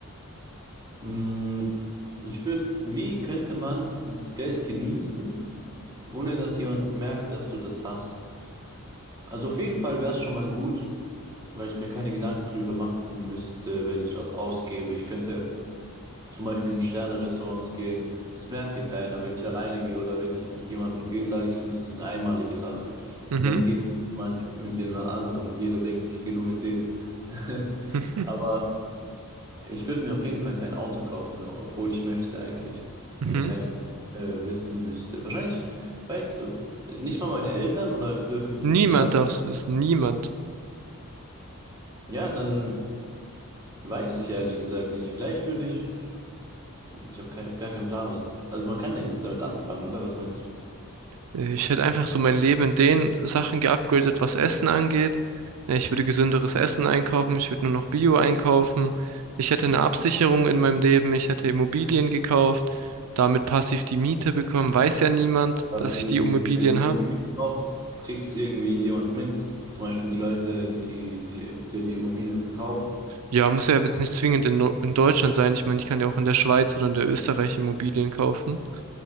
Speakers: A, on the right; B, on the right.
A: Mm, Ich würde, wie könnte man das Geld genießen, ohne dass jemand merkt, dass du das hast? Also auf jeden Fall wäre es schon mal gut, weil ich mir keine Gedanken drüber machen müsste, wenn ich was ausgebe. Ich könnte zum Beispiel in Sterne-Restaurants gehen. Das merkt dir keiner, wenn ich alleine gehe oder wenn ich mit jemandem gehe, sage ich ihm, das ist eine einmalige Sache.
B: Mhm.
A: Und dann geht es mal mit, mit jemand anderem. Jeder denkt, ich gehe nur mit dem. <laughs>
B: <laughs>
A: Aber ich würde mir auf jeden Fall kein Auto kaufen, obwohl ich möchte eigentlich.
B: Mhm.
A: Wenn keiner das, äh, wissen müsste. Wahrscheinlich, weißt du, nicht mal meine Eltern oder dürfen
B: Niemand
A: das.
B: darf es wissen, niemand.
A: Ja, dann weiß ich ehrlich gesagt nicht. Vielleicht würde ich. Ich habe kein, gar keinen Plan, was. Also man kann ja nichts damit anfangen, oder? Was meinst du?
B: Ich hätte einfach so mein Leben in den Sachen geupgradet, was Essen angeht. Äh, Ich würde gesünderes Essen einkaufen, ich würde nur noch Bio einkaufen. Ich hätte eine Absicherung in meinem Leben, ich hätte Immobilien gekauft, damit passiv die Miete bekommen. Weiß ja niemand,
A: Aber
B: dass
A: wenn
B: ich
A: du,
B: die
A: Immo-
B: Immobilien
A: wenn du Immobilien
B: habe.
A: kaufst, kriegst du irgendwie jemand mit. Zum Beispiel die Leute, die, die dir die Immobilien verkaufen.
B: Ja, muss ja jetzt nicht zwingend in, No- in Deutschland sein. Ich meine, ich kann ja auch in der Schweiz oder in der Österreich Immobilien kaufen